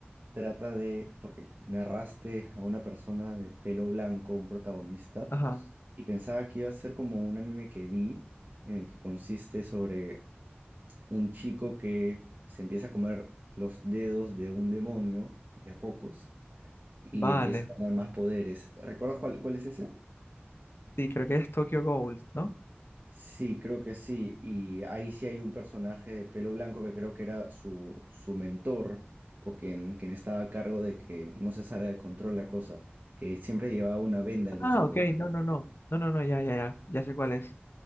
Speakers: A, on the right; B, on the left.
A: trata de, porque narraste a una persona de pelo blanco, un protagonista.
B: Ajá,
A: Y pensaba que iba a ser como un anime que vi, en el que consiste sobre un chico que se empieza a comer los dedos de un demonio de a pocos y
B: vale.
A: empieza a ganar más poderes. ¿Recuerdas cuál, cuál es ese?
B: Sí, creo que es Tokyo Gold, ¿no?
A: Sí, creo que sí. Y ahí sí hay un personaje de pelo blanco que creo que era su, su mentor o quien, quien estaba a cargo de que no se salga de control la cosa, que siempre llevaba una venda en los
B: Ah,
A: ojos.
B: ok, no, no, no. No, no, no, ya, ya, ya. Ya sé cuál es.